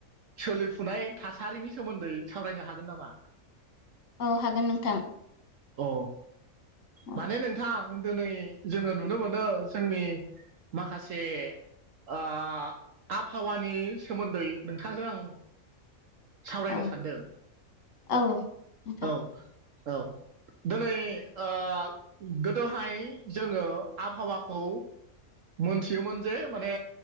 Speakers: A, on the right; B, on the left.
A: सोलिफुनाय थासारिनि सोमोन्दै सावरायनो हागोन नामा
B: औ हागोन नोंथां
A: अ
B: औ
A: माने नोंथां दोनै जोङो नुनो मोनो जोंनि माखासे ओ ओ आबहावानि सोमोन्दै नोंथांजों आं सावरायनो
B: औ
A: सानदों
B: औ नोंथां
A: औ औ दोनै ओ गोदोहाय जोङो आबहावाखौ मोनथियोमोन जे माने